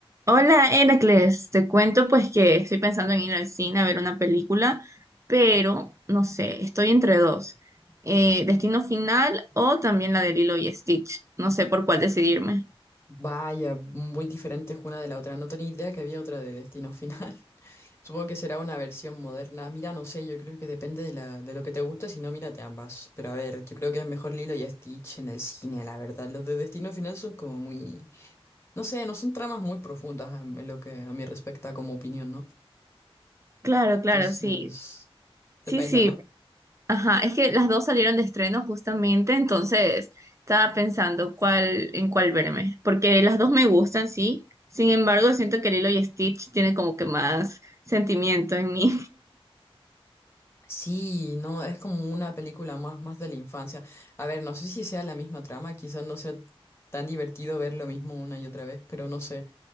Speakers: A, on the right; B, on the left.
A: Hola, Heracles. Te cuento pues que estoy pensando en ir al cine a ver una película, pero no sé, estoy entre dos. Eh, Destino Final o también la de Lilo y Stitch. No sé por cuál decidirme.
B: Vaya, muy diferentes una de la otra. No tenía idea que había otra de Destino Final. <laughs> Supongo que será una versión moderna. Mira, no sé, yo creo que depende de la, de lo que te guste, si no, mírate ambas. Pero a ver, yo creo que es mejor Lilo y Stitch en el cine, la verdad. Los de Destino Final son como muy... No sé, no son tramas muy profundas en en lo que a mí respecta como opinión, ¿no?
A: Claro, claro,
B: Entonces,
A: sí. Sí,
B: depende,
A: sí.
B: ¿no?
A: Ajá, es que las dos salieron de estreno justamente, entonces estaba pensando cuál en cuál verme, porque las dos me gustan, sí. Sin embargo, siento que Lilo y Stitch tiene como que más sentimiento en mí.
B: Sí, no, es como una película más, más de la infancia. A ver, no sé si sea la misma trama, quizás no sea tan divertido ver lo mismo una y otra vez, pero no sé.